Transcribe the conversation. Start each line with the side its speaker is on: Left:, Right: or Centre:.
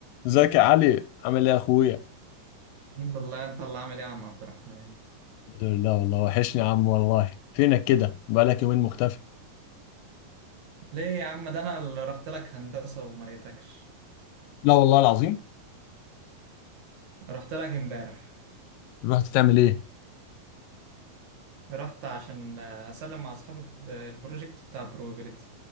Left: ازيك يا علي عامل ايه يا اخويا
Right: الحمد لله انت اللي عامل ايه يا عم عبد الرحمن
Left: الحمد لله والله وحشني يا عم والله فينك كده بقالك يومين مختفي
Right: ليه يا عم ده انا اللي رحت لك هندسة وما لقيتكش
Left: لا والله العظيم
Right: رحت لك امبارح
Left: رحت تعمل ايه
Right: رحت عشان آه، اسلم مع اصحابي ب- البروجكت بتاع probability